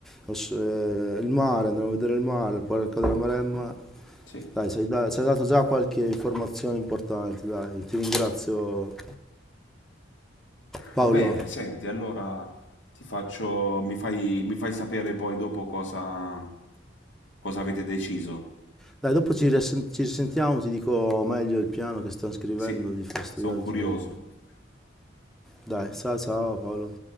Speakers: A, in the centre; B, on the left.
A: Os- eh, il mare, andremo a vedere il mare, il parco della Maremma.
B: Sì.
A: Dai, ci hai, da- ci hai dato già qualche informazione importante, dai, ti ringrazio Paolo.
B: Va bene, senti, allora ti faccio, mi fai, mi fai sapere poi dopo cosa, cosa avete deciso.
A: Dai, dopo ci, risen- ci risentiamo, ti dico meglio il piano che sto scrivendo
B: Sì,
A: di fare sto
B: sono
A: viaggio.
B: curioso.
A: e- Dai, ciao ciao Paolo.